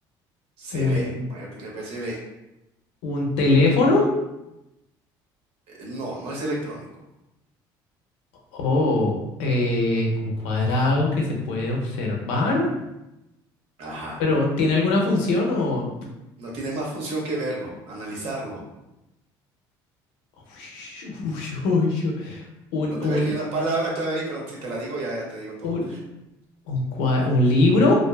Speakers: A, on the right; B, on the left.
A: se
B: Un,
A: ve, mayor que ve, se ve,
B: un teléfono
A: Eh, no, no es electrónico,
B: o eh, un cuadrado que se puede observar.
A: ajá,
B: Pero ¿tiene alguna función o...
A: no tiene más función que verlo, analizarlo.
B: Ush, ush, ush, ush. un,
A: No te,
B: un,
A: es que hay una palabra clave ahí, pero si te la digo ya, ya te digo todo.
B: un, un, cua- un libro,